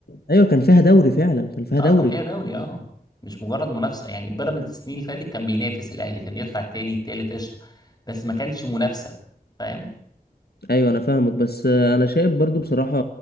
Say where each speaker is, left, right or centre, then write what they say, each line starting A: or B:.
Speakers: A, on the left; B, on the left.
A: ايوه كان فيها دوري فعلا كان فيها
B: اه
A: دوري
B: كان فيها دوري اه مش مجرد منافسه يعني بيراميدز السنين اللي فاتت كان بينافس الاهلي كان يطلع التاني التالت قشطه بس ما كانش منافسه فاهم
A: ايوه انا فاهمك بس آه، انا شايف برضو بصراحه